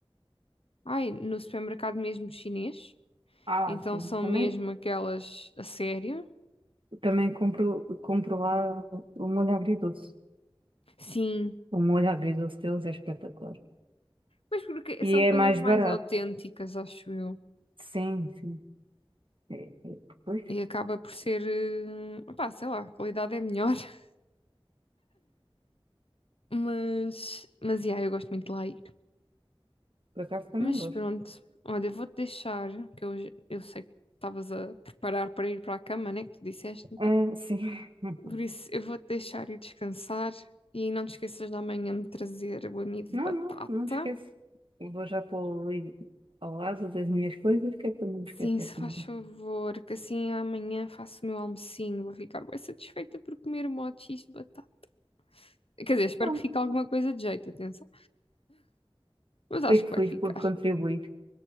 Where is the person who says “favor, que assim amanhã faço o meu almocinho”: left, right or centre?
Left